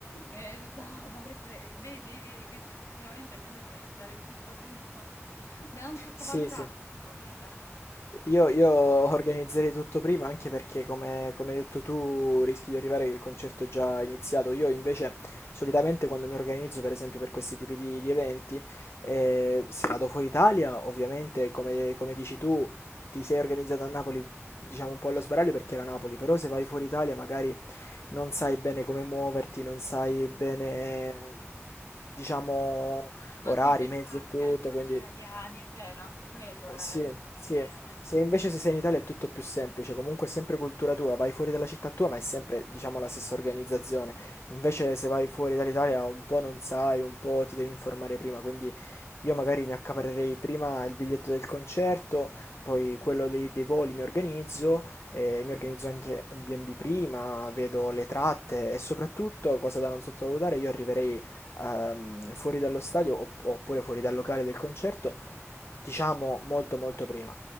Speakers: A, on the left; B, on the left.
A: E stavamo, queste, vedi, vedi, questo effettivamente è meglio organizzare il tutto prima, <laughs> da non sottovalutare
B: Sì, sì.
A: secondo me, eh.
B: Io, io organizzerei tutto prima anche perché, come, come hai detto tu, rischi di arrivare che il concerto è già iniziato. Io invece solitamente quando mi organizzo, per esempio, per questi tipi di, di eventi, eh, se vado fuori Italia, ovviamente, come, come dici tu, ti sei organizzato a Napoli, diciamo un po' allo sbaraglio perché era Napoli, però se vai
A: Mm.
B: fuori Italia magari non sai bene come muoverti, non sai bene, diciamo,
A: Non
B: orari,
A: ti interfacci
B: mezzi e tutto,
A: anche con
B: quindi...
A: gli italiani, è vero, anche quello
B: Eh,
A: è,
B: sì,
A: quindi
B: sì.
A: Sì, è-
B: Se invece se sei in Italia è tutto più semplice, comunque è sempre cultura tua, vai fuori dalla città tua, ma è sempre, diciamo, la stessa organizzazione. Invece se vai fuori dall'Italia un po' non sai, un po' ti devi informare prima, quindi io magari mi accaparrerei prima il biglietto del concerto, poi quello dei, dei voli mi organizzo, eh, mi organizzo anche un B&B prima, vedo le tratte
A: vero.
B: e soprattutto, cosa da non sottovalutare, io arriverei ehm, fuori dallo stadio opp- oppure fuori dal locale del concerto Diciamo molto molto prima.